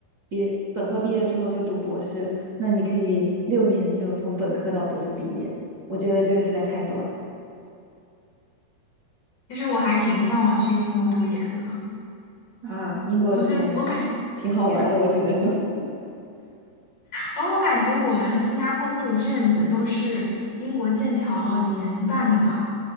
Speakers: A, on the right; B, on the left.
A: 毕本科毕业之后就读博士，那你可以六年就从本科到博士毕业。我觉得这个实在太短
B: 其实我还挺向往去英国读研的，
A: 啊！英国读研挺好玩儿的，
B: 我这，我感，因为
A: 我只能说。<laughs>
B: 我我感觉我们新加坡做的卷子都是英国剑桥联办的嘛，